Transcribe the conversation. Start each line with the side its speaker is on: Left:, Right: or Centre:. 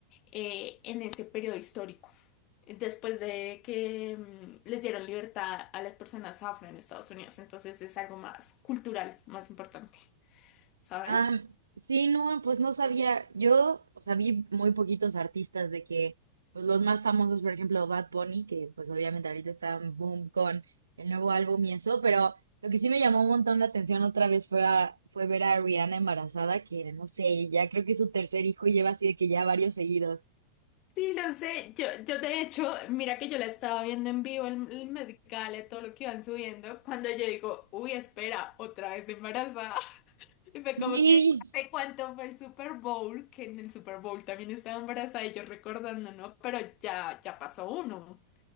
Left: eh, en ese periodo histórico. Después de que mm, les dieron libertad a las personas afro en Estados Unidos, entonces es algo más cultural, más importante, ¿sabes?
Right: Ah, sí, no, pues no sabía. Yo, o sea, vi muy poquitos artistas de que, pues los más famosos, por ejemplo, Bad Bunny, que pues obviamente ahorita está en boom con el nuevo álbum y eso, pero lo que sí me llamó un montón la atención otra vez fue, a- fue ver a Rihanna embarazada, que no sé, ya creo que es su tercer hijo y lleva así de que ya varios seguidos.
Left: Sí, lo sé. Yo, yo de hecho, mira que yo la estaba viendo en vivo, el, el Met Gala, todo lo que iban subiendo, cuando yo digo, uy, espera, otra vez embarazada. Y fue
Right: Sí,
Left: como que, ¿de cuánto fue el Super Bowl? Que en el Super Bowl también estaba embarazada y yo recordando, ¿no? Pero ya, ya pasó uno,